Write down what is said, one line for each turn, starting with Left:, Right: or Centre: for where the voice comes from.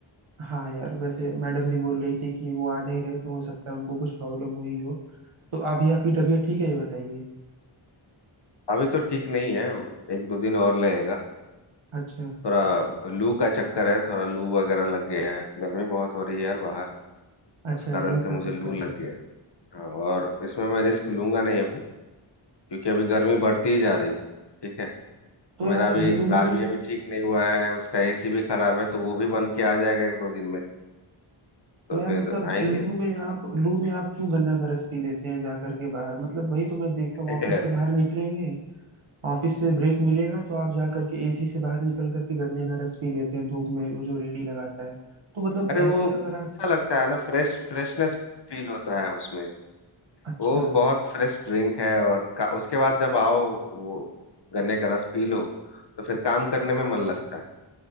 Right: हाँ यार वैसे मैडम भी बोल रही थी कि वो आ नहीं रहे तो हो सकता है उनको कुछ प्रॉब्लम हुई हो तो अभी आपकी तबीयत ठीक है ये बताइए
Left: अभी तो ठीक नहीं है एक दो दिन और लगेगा
Right: अच्छा
Left: थोड़ा लू का चक्कर है थोड़ा लू वगैरह लग गया है गर्मी बहुत हो रही है यार बाहर
Right: अच्छा
Left: उस कारण
Right: लू
Left: से
Right: का
Left: मुझे
Right: चक्कर
Left: लू लग
Right: है
Left: गया है हाँ, और इसमें मैं रिस्क लूंगा नहीं अभी क्योंकि अभी गर्मी बढ़ती ही जा रही है ठीक है
Right: तो
Left: मेरा
Right: यार
Left: अभी
Right: लू
Left: कार
Right: में
Left: भी अभी ठीक नहीं हुआ है उसका एसी भी खराब है तो वो भी बन के आ जाएगा एक दो दिन में तो
Right: तो यार
Left: फिर
Right: मतलब
Left: आएंगे
Right: लू में आप लू में आप क्यों गन्ना का रस पी लेते हैं जा करके बाहर मतलब वही तो मैं देखता हूँ
Left: <laughs>
Right: ऑफिस से बाहर निकलेंगे ऑफिस से ब्रेक मिलेगा तो आप जा करके एसी से बाहर निकल करके गन्ने का रस पी लेते हैं धूप में वो जो रेड़ी लगाता है तो मतलब
Left: अरे वो
Right: ऐसे अगर आप
Left: अच्छा लगता है ना फ्रेश फ्रेशनेस फील होता है उसमें
Right: अच्छा
Left: वो बहुत फ्रेश ड्रिंक है और का, उसके बाद जब आओ वो गन्ने का रस पी लो तो फिर काम करने में मन लगता है